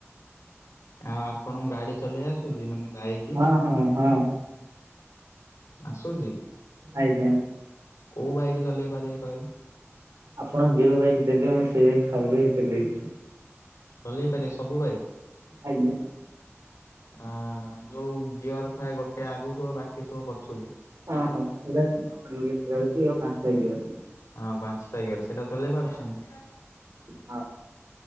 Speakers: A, on the left; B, on the right.
A: ଆଉ ଆପଣଙ୍କ ଗାଡି ଚଲେଇ ଆସୁଛି ମାନେ ବାଇକି?
B: ହଁ ହଁ ହଁ।
A: ଆସୁଛି?
B: ଆଜ୍ଞା।
A: କୋଉ ବାଇକ ଚଲେଇ ପାରିବେ କହିଲେ?
B: ଆପଣ ଯୋଉ ବାଇକ୍ ଦେବେ ମୁଁ ସେଇ ବାଇକ୍ ସବୁ ବେଳେ ଚଲେଇଵି।
A: ଚଲେଇ ପାରିବେ ସବୁ ବାଇକ୍?
B: ଆଜ୍ଞା
A: ଅ ଯୋଉ ଗିଅର ଥାଏ ଗୋଟେ ଆଗକୁ ଆଉ ବାକି ସବୁ ପଛକୁ।
B: ହଁ ହଁ ସେଇଟା <unintelligible> ପାଞ୍ଚଟା ଗିଅର।
A: ହଁ ପାଞ୍ଚଟା ଗିଅର ସେଇଟା ଚଲେଇ ପାରୁଛନ୍ତି?
B: ହଁ